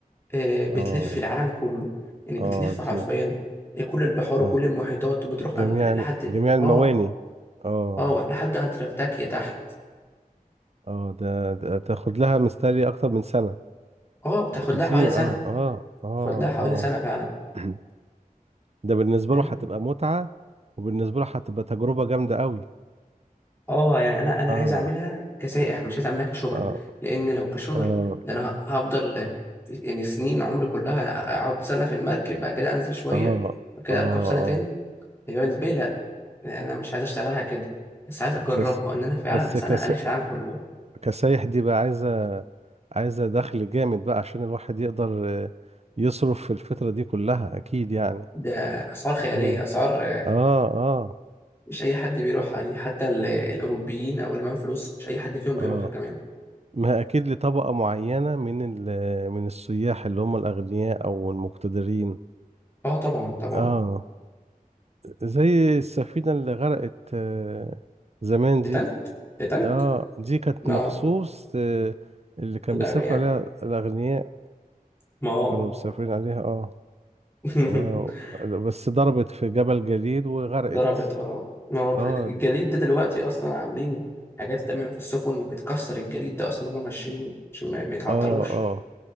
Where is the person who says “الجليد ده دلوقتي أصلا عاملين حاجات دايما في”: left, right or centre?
Left